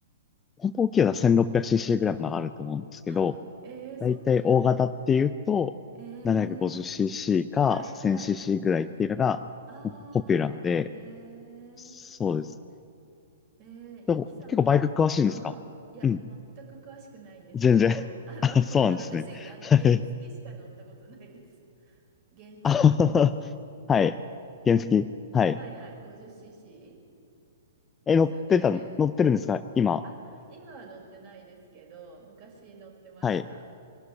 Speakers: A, on the left (about 20°); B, on the right (about 45°).
A: 本当大きいのは 1600cc ぐらいまであると思うんですけど、
B: あ、えー、そんなの、
A: だいたい大型っていうと、
B: えー、
A: 750cc か
B: はい、
A: 1000cc
B: はい。
A: ぐらいっていうのが
B: あー、
A: ポピュラーで、
B: え
A: そうです。
B: ー、えー、ゆうきさんがも、
A: でも結構バイク詳しいんですかうん、
B: あー、いや、全く詳しくないんですけど、
A: 全然。<laughs>
B: <laughs> あの、
A: あ、
B: <laughs>
A: そうなんですね。
B: あ、私、あの、
A: はい。
B: 原付しか乗ったことないです。<laughs> 原付
A: あはははい。原付。はい。
B: はい、はい、50cc
A: え、
B: ですよね、
A: 乗ってたの、
B: あれ。
A: 乗ってるんですか今。
B: あ、今は乗ってないですけど、昔乗ってました。
A: はい。